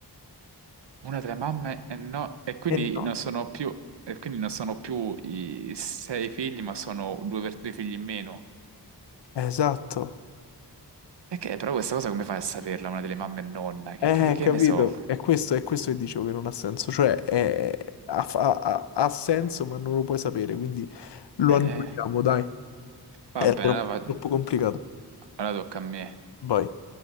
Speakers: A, on the right; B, on the left.
A: Una tra le mamme e no, e quindi
B: E no.
A: non sono più, e quindi non sono più i sei figli, ma sono due, per- due figli in meno.
B: Esatto.
A: E che, però questa cosa come fai a saperla, una delle mamme e nonna? Che,
B: Eh,
A: che- che
B: capito.
A: ne so?
B: È questo, è questo che dicevo che non ha senso. Cioè è- ha, fa- ha ha senso ma non lo puoi sapere, quindi lo
A: Eh,
B: annulliamo, dai.
A: va
B: Era
A: bene,
B: troppo,
A: allora, va-
B: troppo complicato.
A: allora tocca a me.
B: Vai.